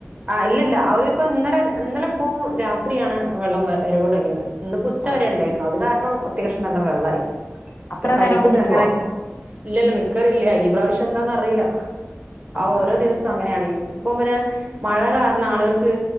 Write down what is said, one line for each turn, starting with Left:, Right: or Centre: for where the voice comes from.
Right: ആഹ് ഇല്ല ല്ല അവര് ഇപ്പോ ഇന്നലെ ഇന്നലെ പോ രാത്രിയാണ് വെള്ളം വേരവ് തൊടങ്ങിയത് ഇന്ന് പ്പം ഉച്ചാ
Left: ആ
Right: വെരെ
Left: ആ
Right: ഒണ്ടാരുന്നു അത് കാരണം അത്യാവിശ്യം നല്ല വെള്ളായി
Left: അത്ര
Right: പൈപ്പ്
Left: നേരമൊക്കെ നിക്കുവോ
Right: അങ്ങനെ ഇല്ല ല്ല നിക്കറില്ല ഈ പ്രാവശ്യം എന്താന്നാ റിയില്ല
Left: ആ
Right: ആഹ്
Left: ആ
Right: ഓരോ
Left: ആ
Right: ദിവസം അങ്ങനെയാണ് ഈ <unintelligible> മഴ കാരണം ആള്കക്ക്